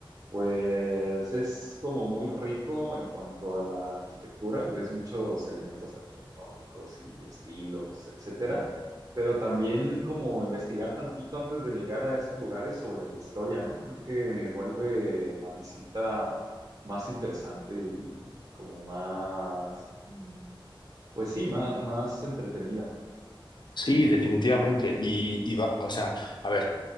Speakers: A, on the right; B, on the left.
A: Pues es como muy rico en cuanto a la arquitectura, ves muchos elementos arquitectónicos y estilos, etcétera, pero también como investigar tantito antes de llegar a esos lugares sobre la historia, ¿no? Creo que vuelve la visita más interesante y como más, mm, pues sí, más, más entretenida.
B: Sí, definitivamente. Y,
A: Ujú,
B: y va, o sea, a ver,